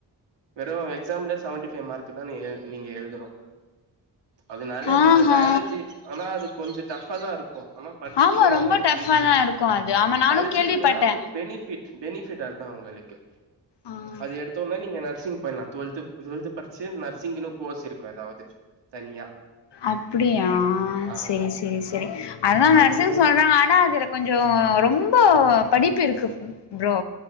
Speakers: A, on the right (about 80°); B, on the left (about 75°).
A: வெறு எக்ஸாம்ல செவன்டிஃபை மார்க்குதா நீங்க நீங்க எழ்தணு அதனால
B: ஆஹா
A: கொஞ்சோ பயாலஜி ஆனா அது கொஞ்சோ டஃபாதா இருக்கு ஆனா படிச்சிட்டீங்கன்னா
B: ஆமா ரொம்ப
A: உங்களுக்கு
B: டஃபா
A: ஈஸி
B: தா இருக்கு அது ஆமா நானு
A: படிச்சிட்டீங்கன்னா
B: கேள்விப்பட்டே
A: பெனி ஃபிட் பெனிஃபிட் அதா உங்களுக்கு
B: ஆ
A: அது எடுத்தொன்ன நீங்க நர்சிங் போய்வா டுவெல்த் இப்ப ட்வெல்த் படிச்சு நர்சிங்கின்னு கோர்ஸ் இருக்கு எதாவது தனியா
B: அப்பிடியா
A: ஆமா
B: செரி செரி செரி அதா நர்சிங்
A: அதுவே
B: சொல்றாங்க ஆனா அதுல கொஞ்ச ரொம்போ படிப்பு இருக்கு ப்ரோ